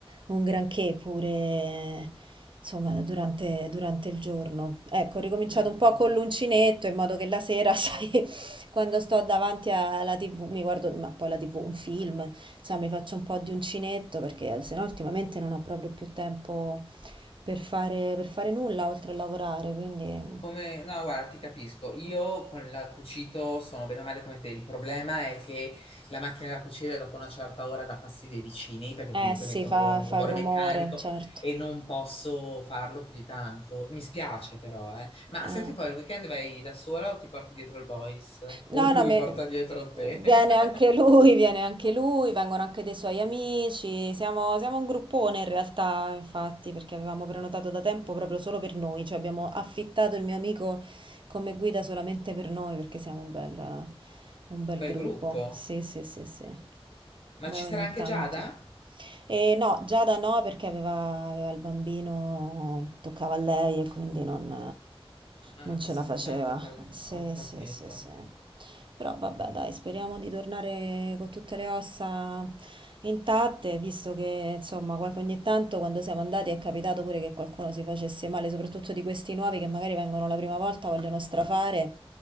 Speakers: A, on the right; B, on the left.
A: un granché pure, insomma, durante, durante il giorno. Ecco, ho ricominciato
B: Mm.
A: un po' con l'uncinetto in modo che la sera, <laughs> sai, quando sto davanti alla TV mi guardo, ma poi la TV, un film, insomma mi faccio un po' di uncinetto perché sennò ultimamente non ho proprio più tempo per fare, per fare nulla oltre a lavorare, quindi
B: Come, no, guarda, ti capisco. Io con la cucito sono bene o male come te. Il problema è che la macchina da cucire dopo una certa ora dà fastidio ai vicini perché
A: eh
B: comunque
A: sì,
B: mette
A: fa,
B: un, ru-
A: fa
B: un rumore
A: rumore,
B: meccanico
A: certo.
B: e non posso farlo più di tanto. Mi spiace però, eh. Ma
A: Eh.
B: senti poi, il weekend vai da sola o ti porti dietro il boys?
A: No,
B: O lui
A: no, me-
B: porta dietro te?
A: viene
B: <laughs>
A: anche lui, <laughs> viene anche lui, vengono anche dei suoi amici, siamo, siamo un gruppone in realtà, infatti, perché avevamo prenotato da tempo proprio solo per noi, cioè abbiamo affittato il mio amico come guida solamente per noi, perché siamo un bel, un bel
B: Un bel
A: gruppo.
B: gruppo.
A: Sì, sì, sì, sì.
B: Ma
A: Beh,
B: ci
A: ogni
B: sarà anche
A: tanto.
B: Giada?
A: E no, Giada no, perché aveva, aveva il bambino, toccava a lei e quindi non,
B: Ah,
A: non ce
B: questa
A: la
B: settimana
A: faceva.
B: tocca alla...
A: Sì,
B: Ho capito.
A: sì, sì, sì. Però vabbè, dai, speriamo di tornare con tutte le ossa intatte, visto che insomma, qualche, ogni tanto quando siamo andati è capitato pure che qualcuno si facesse male, soprattutto di questi nuovi che magari vengono la prima volta, vogliono strafare.